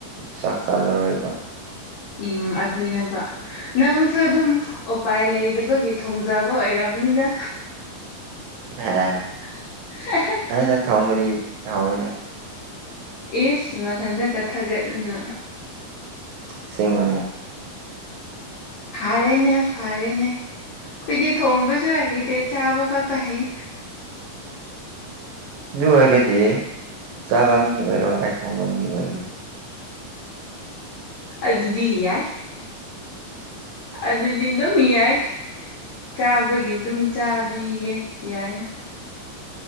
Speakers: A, on the right; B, on the left.
A: ꯆꯥꯛ ꯆꯥꯂꯔꯣꯏꯕ
B: ꯎꯝ ꯑꯗꯨꯅꯦꯕ ꯅꯪꯁꯨ ꯑꯗꯨꯝ ꯎꯄꯥꯏ ꯂꯩꯗꯕꯒꯤ ꯊꯣꯡꯖꯕ ꯑꯣꯏꯔꯝꯅꯤꯅ
A: <unintelligible>
B: <unintelligible>
A: ꯑꯩꯅ ꯊꯣꯡꯕꯗꯤ ꯌꯥꯋꯦꯅꯦ
B: ꯏꯁ ꯃꯊꯟꯇꯀ ꯊꯥꯒꯠꯂꯅ
A: ꯑꯁꯤꯡꯕꯅꯦ
B: ꯐꯔꯦꯅꯦ ꯐꯔꯦꯅꯦ ꯑꯩꯈꯏꯗꯤ ꯊꯣꯡꯕꯁꯨ ꯍꯗꯦ ꯆꯥꯕ ꯈꯛꯇ ꯍꯩ
A: ꯑꯗꯨ ꯑꯣꯏꯔꯗꯤ ꯆꯥꯕ ꯃꯤ ꯑꯣꯏꯔꯣ ꯑꯩꯥꯏ ꯊꯣꯡꯕ ꯃꯤ ꯑꯣꯏꯒꯦ
B: ꯑꯗꯨꯗꯤ ꯌꯥꯏ ꯑꯗꯨꯗꯤ ꯑꯗꯨꯝ ꯌꯥꯏ ꯆꯥꯕꯒꯤ ꯑꯗꯨꯝ ꯆꯥꯕꯤꯒꯦ ꯌꯥꯏ